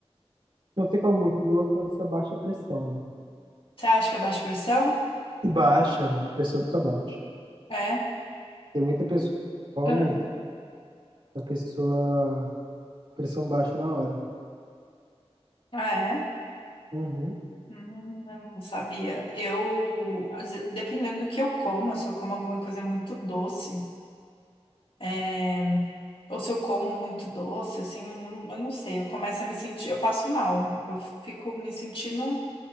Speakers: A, on the right; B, on the left.
A: Você come muito doce, você baixa a pressão, né?
B: Você acha que é baixa pressão?
A: E Baixa, a pressão fica baixa.
B: É.
A: Tem muita pessoa que come,
B: Ah,
A: a pessoa, pressão baixa na hora.
B: Ah, é?
A: Uhum,
B: Hum, eu não sabia. Eu, às ve- dependendo do que eu como, se eu como alguma coisa muito doce, é, ou se eu como muito doce, assim, não- eu não sei, eu começo a me sentir, eu passo mal, eu fico me sentindo